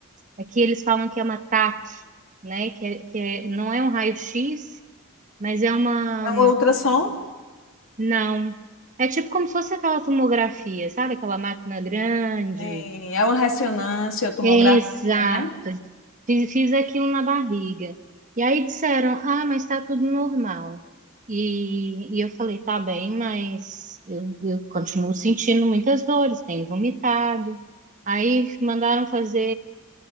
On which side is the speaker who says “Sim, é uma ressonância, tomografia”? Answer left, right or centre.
Left